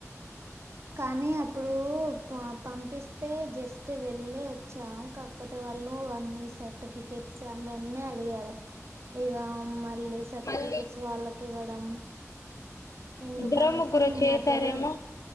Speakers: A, on the right; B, on the left.
A: కానీ అప్పుడు పా పంపిస్తే జస్ వెళ్ళి వచ్చాం కాకపోతే వాళ్ళు అన్ని సర్టిఫికెట్స్ అవన్నీ అడిగారు ఇగ మళ్ళీ సర్టిఫికెట్స్
B: మరి
A: వాళ్ళకి ఇవ్వడం ఎందుకు
B: ఇద్దరో
A: అనేసి
B: ముగ్గురు
A: నేను
B: చేసారేమో
A: మధ్యలో